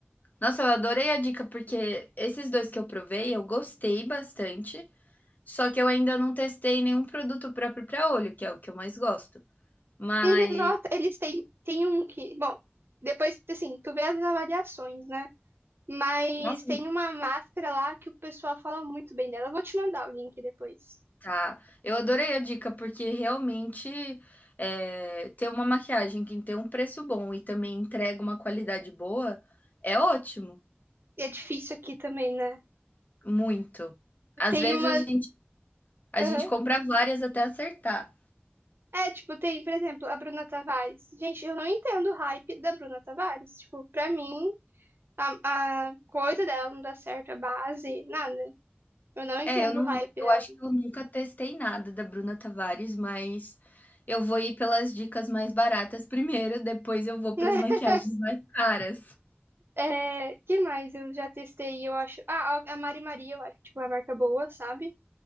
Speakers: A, on the left; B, on the right.
A: Nossa, eu adorei a dica, porque esses dois que eu provei, eu gostei bastante, só que eu ainda não testei nenhum produto próprio para olho, que é o que eu mais gosto. Mas,
B: Uhum, Nossa, eles têm, têm um que. Bom, depois, assim, tu vê as avaliações, né? Mas
A: nossa,
B: tem uma máscara lá que o pessoal fala muito bem dela. Eu vou te mandar o link depois.
A: tá. Eu adorei a dica, porque realmente eh, ter uma maquiagem que tem um preço bom e também entrega uma qualidade boa é ótimo,
B: E é difícil aqui também, né?
A: muito. Às
B: Tem
A: vezes
B: uma.
A: a gente, a
B: Aham.
A: gente compra várias até acertar.
B: É, tipo, tem, por exemplo, a Bruna Tavares. Gente, eu não entendo o hype da Bruna Tavares. Tipo, pra mim. A, a coisa dela não dá certo, a base, nada. Eu não entendo
A: É, eu não
B: o hype dela.
A: eu acho que eu nunca testei nada da Bruna Tavares, mas eu vou ir pelas dicas mais baratas primeiro, depois eu vou
B: <laughs>
A: para as maquiagens mais caras.
B: É, que mais eu já testei, eu acho. Ah, a Mari Maria, eu acho, tipo, uma marca boa, sabe?